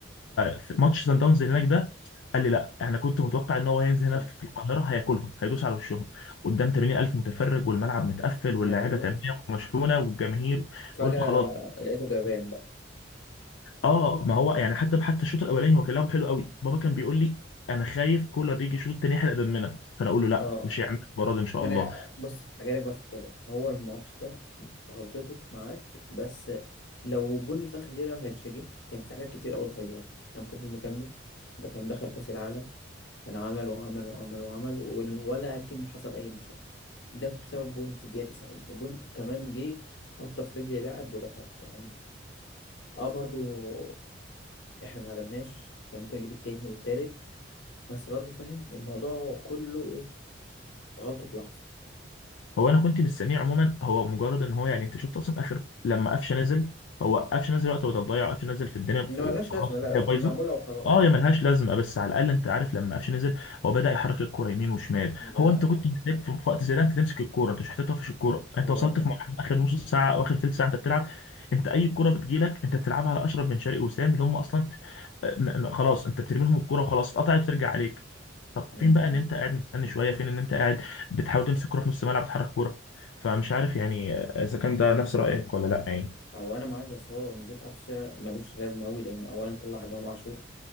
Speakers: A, on the left (about 85°); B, on the left (about 70°).
A: فماتش سان داونز اللي هناك ده قال لي لا انا كنت متوقع ان هو هينزل
B: صح
A: هنا في القاهره هياكلهم هيدوس على وشهم قدام 80000 متفرج والملعب متقفل واللاعيبه
B: ايوه
A: تمام ومشحونه والجماهير
B: فجاه
A: قلت خلاص
B: لقيته جبان بقى
A: اه ما هو يعني حتى حتى الشوط الاولاني هو كان لعبه حلو قوي بابا كان بيقول لي انا خايف كولر يجي الشوط التاني يحرق دمنا فانا اقول له لا
B: اه
A: مش هيعمل المره دي ان شاء
B: ما
A: الله
B: انا بص هجيلك بقى في الكلام هو الماتش ده غلطته معاك بس لو جول الفخر دي ده ما كانش جه كان في حاجات كتير قوي صغيره كان فضل مكمل ده كان دخل كاس العالم كان عمل وعمل وعمل وعمل وال- ولكن حصل اي مشاكل ده بسبب جول في الدقيقه 90 وجول كمان جه خبطه في رجل لاعب ودخلت يعني اه برضو احنا ما عجبناش كان ممكن يجيب التاني والتالت بس برضو فاهم الموضوع كله ايه غلطه لحظه
A: هو انا كنت مستنيه عموما هو مجرد ان هو يعني انت شفت اصلا اخر لما قفشه نزل هو قفشه نزل وقت بدل ضيع قفشه نزل في الدنيا في
B: انما ملهاش
A: في
B: لازمه
A: خط الدنيا
B: لا لا دي
A: بايظه
B: معموله وخلاص
A: اه يا ملهاش لازمه بس على الاقل انت عارف لما قفشه نزل هو بدا يحرك الكوره يمين وشمال
B: لا
A: هو انت كنت محتاج في في وقت زي ده انت تمسك الكوره انت مش محتاج تقفش الكوره انت
B: هو
A: وصلت
B: انا
A: في مرحله اخر نص ساعه او اخر ثلث ساعه انت بتلعب انت اي كوره بتجيلك انت بتلعبها على اشرف بن شرقي وسام اللي هم اصلا آه، م- م- خلاص انت بترمي لهم الكوره وخلاص اتقطعت بترجع عليك طب
B: م-
A: فين بقى
B: م.
A: ان انت قاعد مستني شويه فين ان انت قاعد بتحاول تمسك كوره في نص الملعب تحرك كوره فمش عارف يعني اذا كان ده نفس رايك ولا لا يعني
B: هو انا معاك بس هو نزول قفشه ملوش لازمه قوي لان اولا طلع امام عاشور